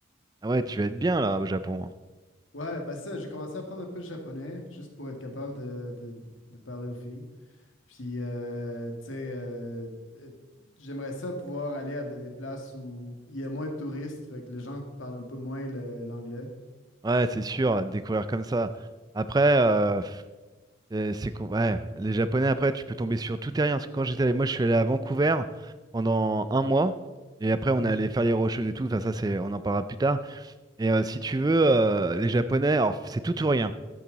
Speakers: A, on the right; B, on the left.
A: Ah ouais, tu vas être bien là au Japon. hein.
B: Ouais, bah ça, j'ai commencé à apprendre un peu le japonais, juste pour être capable de, de- de parler aux filles. Puis, euh, tu sais, euh, euh, j'aimerais ça pouvoir aller à des des places où il y a moins de touristes, fait que les gens parlent un peu moins le- l'anglais.
A: Ouais, c'est sûr, découvrir comme ça. Après, euh, c'est c'est con- ouais, les Japonais, après, tu peux tomber sur tout et rien. Parce que quand j'étais allé, moi, je suis allé à Vancouver pendant un mois. Et après, on
B: <laughs>
A: est allé faire les Rocheuses et tout. Enfin, ça, c'est, on en parlera plus tard. Et euh, si tu veux, euh, les Japonais, alors, c'est tout ou rien.